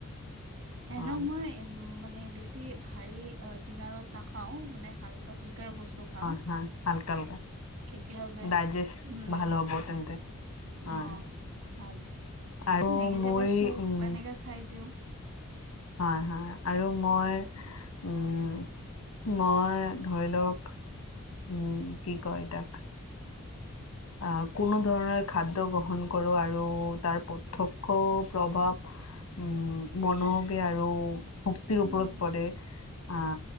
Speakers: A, on the right; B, on the left.
A: এনেও
B: হয়,
A: মই উম, মানে বেছি ভাৰী অ' ডিনাৰত নাখাওঁ মানে হাল্কা ফুল্কায়ে বস্তু খাওঁ
B: অ' হা হালকা হালকা,
A: কেতিয়াবা
B: ডাইজেষ্ট
A: উম
B: ভাল হ'ব তেন্তে। হয়,
A: অ' ভাল,
B: আৰু
A: এনেই কেতিয়াবা
B: মই
A: চুপ
B: উম,
A: এনেকে খাই দিওঁ।
B: হয় হয় আৰু মই উম, মই ধৰি লওঁক উম, কি কয় তাক? আ, কোনো ধৰণৰ খাদ্য গ্ৰহণ কৰোঁ আৰু তাৰ প্ৰত্যক্ষ প্ৰভাৱ উম, মনকে আৰু শক্তিৰ ওপৰত
A: উম
B: পৰে আ